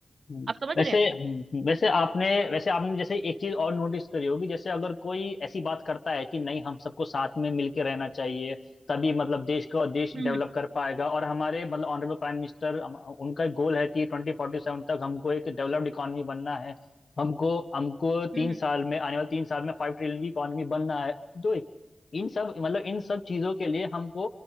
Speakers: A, on the left; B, on the right.
A: हम्म,
B: आप समझ
A: वैसे
B: रहे हैं
A: हम्म, हम्म, वैसे आपने वैसे आपने जैसे एक चीज और नोटिस करी होगी जैसे अगर कोई ऐसी बात करता है कि नहीं हम सबको साथ में मिलके रहना चाहिए तभी मतलब देश का देश
B: हम्म
A: डेवलप कर पाएगा और हमारे मतलब ऑनरेबल प्राइम मिनिस्टर उनका गोल है कि ट्वेंटी फोर्टी सेवन तक हमको एक डेवलप्ड इकोनॉमी बनना है हमको हमको
B: हम्म
A: तीन साल में आने वाले तीन साल में फाइव ट्रिलियन की इकोनॉमी बनना है तो इन सब मतलब इन सब चीजों के लिए हमको